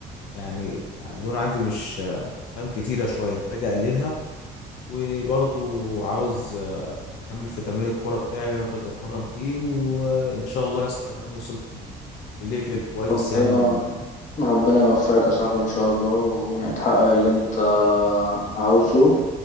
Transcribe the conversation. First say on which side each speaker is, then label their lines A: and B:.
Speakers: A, on the left (about 85°); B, on the left (about 45°).
A: يعني يعني الدهون عندي مش فاهم كتيرة شوية محتاج أقللها وبرضه عاوز أكمل في تمرين الكورة بتاعي اللي أنا كنت بتمرن فيه وإن شاء الله يا اسطى أكون وصلت ل- لليفل كويس
B: ربنا
A: يعني من
B: ربنا يوفقك يا صاحبي ان شاء الله ويعني تحقق اللي انت عاوزه